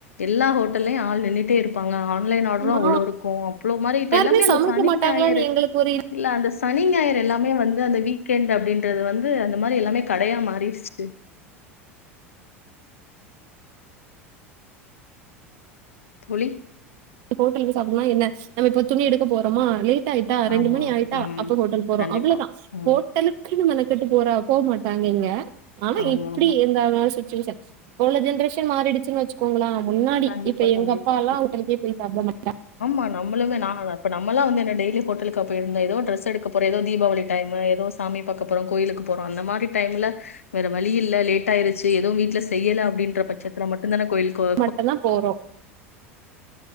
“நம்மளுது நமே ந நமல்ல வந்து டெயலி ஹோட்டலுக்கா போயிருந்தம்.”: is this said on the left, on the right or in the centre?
Left